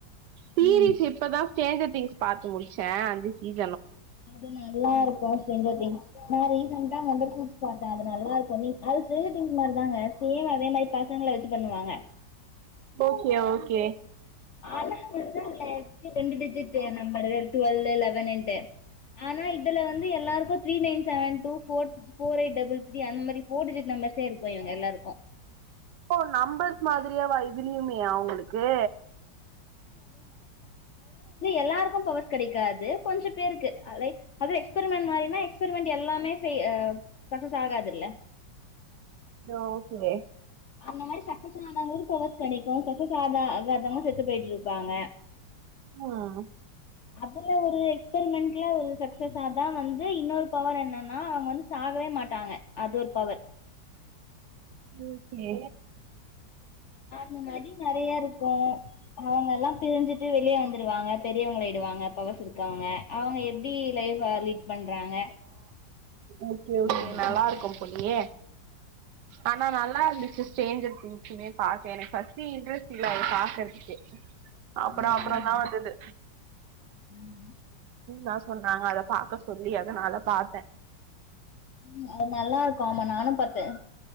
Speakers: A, on the right (about 75°); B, on the left (about 60°).
A: தீரிச்சப்பதா
B: ம் ம் ரீசெண்டா சீரீஸ் பாத்தீங்களா? சீரீஸ் ம்
A: சேஞ்ச திங்ஸ் பாத்து முடிச்சேன் அஞ்சு சீசன்
B: அது நல்லா இருக்கு சேஞ்ச திங்ஸ் நா ரீசண்டா <unintelligible> பாதாதே அது நல்லா இருக்கு கு அது சேஞ்ச திங்ஸ் மாரி தாங்க சேம் அதே மாரி பசங்கள வச்சு பண்ணுவாங்க
A: ஓகே ஓகே
B: <unintelligible> ரெண்டு டிஜிட்டே நம்பரூ டுவெல்வே லெவன் டே ஆனா இதுல வந்து எல்லாருக்கும் three nine seven two four four eight double three அந்த மாதிரி போர் டிஜிட் நம்பர்ஸே இரு இவங்க எல்லாருக்கும்
A: ஓ நம்பர்ஸ் மாதிரியாவா இதுலயுமே அவுங்களுக்கு
B: எல்லாருக்கு பவர் கெடைக்காது கொஞ்ச பேருக்கு லைக் அது எஸ்ப்ரிமென்ட் மாரினா எக்ஸ்ப்ரிமென்ட் எல்லாமே செ சக்சஸ் ஆகாதுல்ல
A: ஓகே
B: அந்த மாரி சக்சஸ் ஆனவங்களுக்கு பவர் கெடைக்கு சக்சஸ் ஆக ஆகாதவங்க செத்து போயிட்ருப்பாங்க
A: ம்
B: அதுல ஒரு எக்ஸ்ப்ரிமெண்ட்ல ஒரு சக்சஸாதா வந்து இன்னொரு பவர் என்னன்னா அவங்க வந்து சாகவே மாட்டாங்க அது ஒரு பவர்
A: ஓகே
B: அந்த மாரி நெறையா இருக்கு அவங்க எல்லா பிரிஞ்சுட்டு வெளிய வந்து டுவாங்க பெரியவங்களாயிடுவாங்க பவர்ஸ் இருக்கவங்க அவங்க எப்டி லைஃப லீட் பண்றாங்க
A: ஓகே ஓகே
B: ம்
A: நல்லாருக்கும் போலயே ஆனா நல்லாருந்துச்சு சேஞ்சர் திங்ஸுமே பாக்க எனக்கு ஃபர்ஸ்ட் இன்ட்ரெஸ்ட் இல்ல அத பாக்கறதுக்கு அப்பற
B: ம்
A: அப்பறந்தா
B: ம்
A: வந்துது
B: ம்
A: தா சொன்னாங்க அத பாக்க சொல்லி அதனால பாத்தே
B: ம் அது நல்லாருக்கு ஆமா நானு பாத்தே